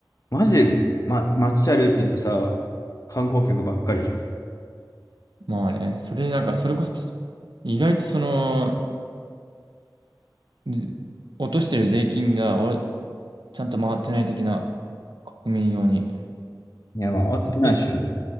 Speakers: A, on the left; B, on the right.
A: マジで、ま、街歩いてるとさ、観光客ばっかりじゃん。
B: まあね、それなんか、それこそ、意外とその、で落としてる税金がおちゃんと回ってない的な国民用に。
A: いや、まあ、合ってないっしょ、
B: え
A: 絶